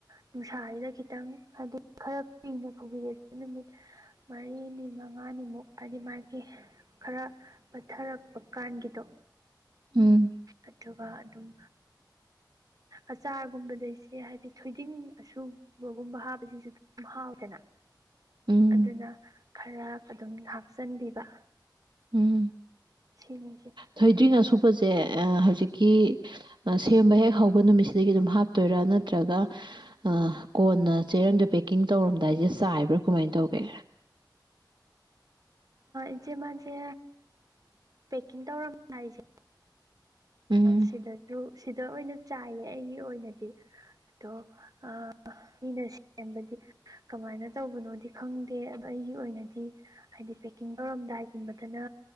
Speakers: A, on the right; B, on the right.
A: ꯅꯨꯡꯁꯥꯁꯤꯗ ꯈꯤꯇꯪ ꯍꯥꯏꯗꯤ ꯈꯔ ꯀꯨꯏꯅ ꯐꯧꯕꯕꯤꯔ ꯅꯨꯃꯤꯠ ꯃꯔꯤꯅꯤ ꯃꯉꯥꯅꯤꯃꯨꯛ ꯍꯥꯏꯗꯤ ꯃꯥꯒꯤ ꯈꯔ ꯄꯠꯊꯔꯛꯄ ꯀꯥꯟꯒꯤꯗꯣ
B: ꯎꯝ
A: ꯑꯗꯨꯒ ꯑꯗꯨꯝ ꯑꯆꯥꯔꯒꯨꯝꯕꯗꯩꯁꯦ ꯍꯥꯏꯗꯤ ꯊꯣꯏꯗꯤꯡ ꯑꯁꯨꯝ ꯕꯒꯨꯝꯕ ꯍꯥꯞꯕꯁꯤꯁꯨ ꯑꯗꯨꯝ ꯍꯥꯎꯗꯅ
B: ꯎꯝ
A: ꯑꯗꯨꯅ ꯈꯔ ꯑꯗꯨꯝ ꯍꯥꯞꯆꯤꯟꯕꯤꯕ
B: ꯎꯝ
A: ꯁꯤꯁ
B: ꯊꯣꯏꯗ꯭ꯔꯤꯡ ꯑꯁꯨꯄꯁꯦ ꯍꯧꯖꯤꯛꯀꯤ ꯁꯦꯝꯕ ꯍꯦꯛ ꯍꯧꯕ ꯅꯨꯃꯤꯠꯁꯤꯗꯒꯤ ꯑꯗꯨꯝ ꯍꯥꯞ ꯇꯣꯏꯔꯥ ꯅꯠꯇ꯭ꯔꯒ ꯑ ꯀꯣꯟꯅ ꯆꯦꯔꯪꯗꯣ ꯄꯦꯛꯀꯤꯡ ꯇꯧꯔꯝꯗꯥꯏꯁꯦ ꯆꯥꯏꯕ꯭ꯔꯥ ꯀꯃꯥꯏꯅ ꯇꯧꯒꯦ
A: ꯏꯆꯦ ꯃꯥꯁꯦ ꯄꯦꯛꯀꯤꯡ ꯇꯧꯔꯝꯕ ꯍꯥꯏꯁꯦ
B: ꯎꯝ
A: ꯁꯤꯗꯁꯨ ꯁꯤꯗ ꯑꯣꯏꯅ ꯆꯥꯏꯌꯦ ꯑꯩꯒꯤ ꯑꯣꯏꯅꯗꯤ ꯑꯗꯣ ꯑ ꯃꯤꯅ ꯁꯦꯝꯕꯗꯤ ꯀꯃꯥꯏꯅ ꯇꯧꯕꯅꯣꯗꯤ ꯈꯪꯗꯦ ꯑꯗꯣ ꯑꯩꯒꯤ ꯑꯣꯏꯅꯗꯤ ꯍꯥꯏꯗꯤ ꯄꯦꯛꯀꯤꯡ ꯇꯧꯔꯝꯗꯥꯏꯒꯨꯝꯕꯗꯅ